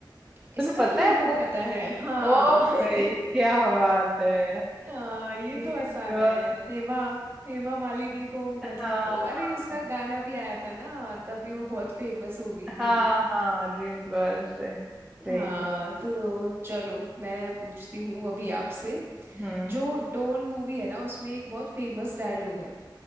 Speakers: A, in the centre; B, on the right.
A: तुम्हें
B: इसका
A: पता
B: तो मेरे
A: है
B: को
A: को
B: पता है हाँ
A: ओ भाई
B: <laughs>
A: क्या बात है
B: हाँ
A: Dream
B: ये तो आसान
A: girl
B: है हेमा हेमा मालिनी को मतलब
A: हाँ
B: अरे
A: हाँ
B: उसका गाना भी आया था ना तभी वो बहुत फेमस हो गई थी
A: हाँ हाँ ड्रीम गर्ल से सही
B: हाँ
A: बोला
B: तो चलो मैं पूछती हूँ अभी आपसे
A: हम्म
B: जो डोन मूवी है ना उसमें एक बहुत फेमस डायलॉग है